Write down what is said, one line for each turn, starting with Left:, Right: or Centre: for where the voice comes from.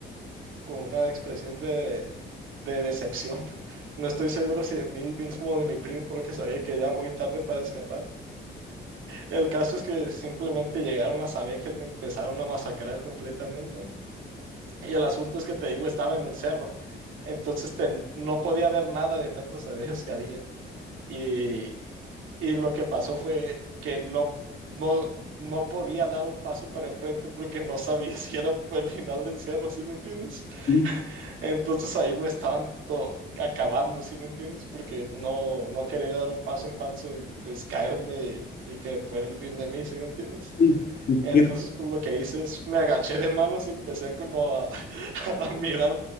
Right: con una expresión de, de decepción. <laughs> No estoy seguro si de mí mismo o de mi primo, porque sabía que era muy tarde para escapar. El caso es que simplemente llegaron las abejas, me empezaron a masacrar completamente. Y el asunto es que te digo, estaba en el cerro. Entonces te- no podía ver nada de tantas abejas que había. Y, y lo que pasó fue que no, no, no podía dar un paso para enfrente porque no sabía <laughs> si era por el final del cerro, ¿sí me entiendes?
Left: Sí,
Right: Entonces ahí me estaban to- acabando, ¿sí me entiendes? Porque no, no quería dar un paso en falso y pues caerme y que fuera el fin de mí, ¿sí me entiendes?
Left: sí, sí,
Right: Entonces,
Left: qué-
Right: pues lo que hice es me agaché de manos y empecé como a, <laughs> a mirar,